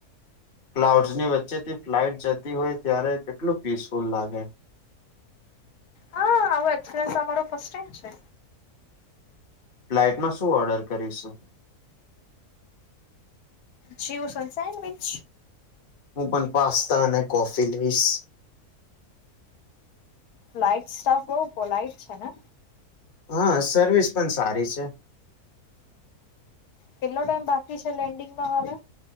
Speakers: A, on the left; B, on the left.
A: ક્લાઉડસ ની વચ્ચેથી ફ્લાઇટ જતી હોય ત્યારે કેટલું પીસફુલ લાગે
B: હા આવો એક્સપ્રેશ મારો ફર્સ્ટ ટાઈમ છે
A: ફ્લાઇટમાં શું ઓર્ડર કરીશું
B: જૂયસ અને સેન્ડવિચ
A: હું પણ પાસ્તા અને કોફી લઈશ
B: ફલાઈટ સ્ટાફ બહ પોલાઈટ છે ને
A: હા સર્વિસ પણ સારી છે
B: કેટલો ટાઈમ બાકી છે લેન્ડિંગમાં હવે